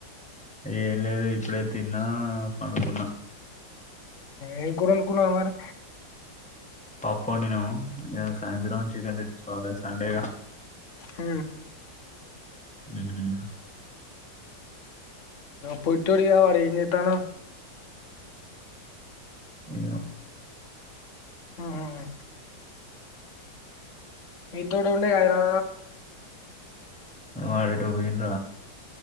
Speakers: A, in the centre; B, on the left.
A: ఏం లేదు ఇప్పుడే తిన్నా పనుకున్నా
B: ఏంకోనుకు మరి
A: పాప్ప వడినాో ఇ సాయంత్రం చికెన్ ఇ చండేగా
B: హ
A: హ్మ్
B: పోయిట్ పడి అనితాన
A: ఏ
B: ఆహ మీీతోోడ ఉండ అయనా
A: వాడిే ట పోంద